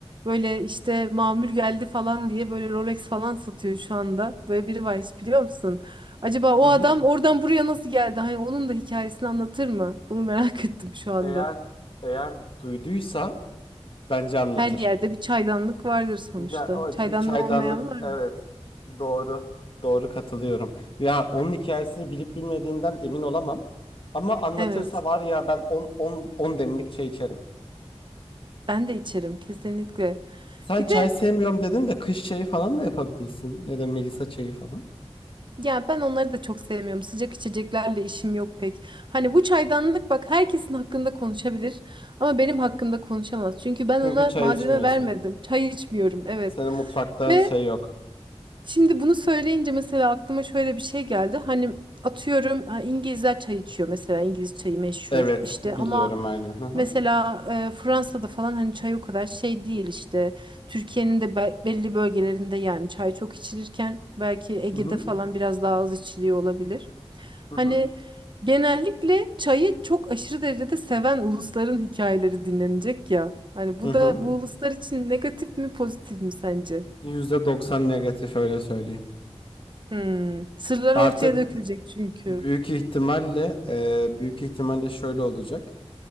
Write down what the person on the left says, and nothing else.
Hı hı.
Eğer eğer Duyduysa bence anlatır.
Ya o
bir çaydanlık
evet.
Doğru. Doğru katılıyorum. Ya onun hikayesini bilip bilmediğinden emin olamam. Ama anlatırsa
var ya ben 10 10 10 demlik çay içerim.
Sen
çay
sevmiyorum dedin de kış çayı falan da yapabilirsin ya da Melisa çayı falan.
Çünkü
çay
içmiyorsun.
Senin mutfakta
şey yok.
Evet,
biliyorum
aynen. Hı hı.
Hı hı.
Hı
hı.
Hı hı.
%90 negatif öyle söyleyeyim.
Artık
büyük ihtimalle e, büyük ihtimalle şöyle olacak.